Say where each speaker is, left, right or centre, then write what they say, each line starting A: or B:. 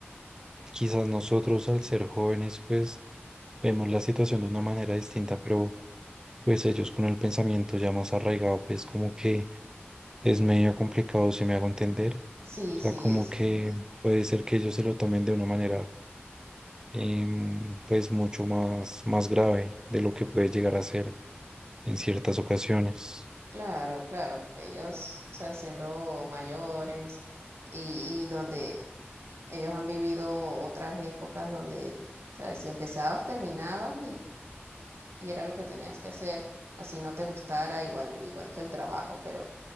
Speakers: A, on the right; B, on the right.
A: quizás nosotros al ser jóvenes, pues vemos la situación de una manera distinta, pero pues ellos con el pensamiento ya más arraigado, pues como que es medio complicado, si me hago entender,
B: Sí,
A: o sea,
B: sí,
A: como
B: sí.
A: que puede ser que ellos se lo tomen de una manera em, pues mucho más, más grave de lo que puede llegar a ser en ciertas ocasiones.
B: Claro, claro, que ellos, o sea, siendo mayores y, y donde ellos han vivido otras épocas donde, ¿sabes? Si empezabas, terminabas y era lo que tenías que hacer, así no te gustara, igual, igual que el trabajo, pero